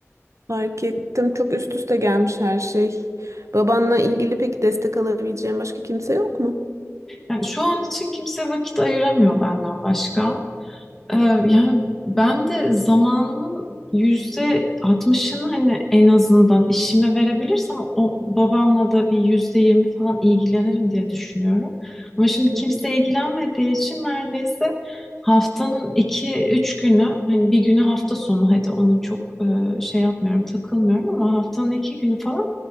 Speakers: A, on the right; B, in the centre.
A: Fark ettim. Çok üst üste gelmiş her şey. Babanla ilgili peki destek alabileceğin başka kimse yok mu?
B: Yani şu an için kimse vakit ayıramıyor benden başka. Ee, Yani ben de zamanımın yüzde altmışını hani en azından işime verebilirsem o babamla da bir yüzde yirmi falan ilgilenirim diye düşünüyorum. Ama şimdi kimse
A: Hı hı.
B: ilgilenmediği için neredeyse haftanın iki üç günü hani bir günü hafta sonu hadi onu çok e, şey yapmıyorum takılmıyorum ama haftanın iki günü falan